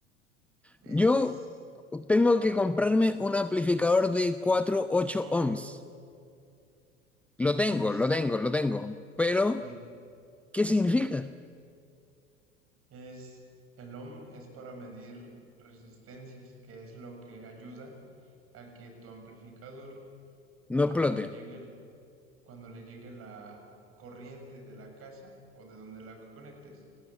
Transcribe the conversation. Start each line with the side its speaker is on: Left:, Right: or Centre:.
Right: es,
Centre: Yo tengo que comprarme un amplificador de cuatro punto ocho
Right: oh,
Centre: ohms. Lo tengo,
Right: es,
Centre: lo tengo, lo tengo. Pero,
Right: sí
Centre: ¿qué significa?
Right: Es, el ohm es para medir resistencias, que es lo que ayuda a que tu amplificador, cuando
Centre: No explote.
Right: le llegue, el- cuando le llegue la corriente de la casa o de donde la conectes,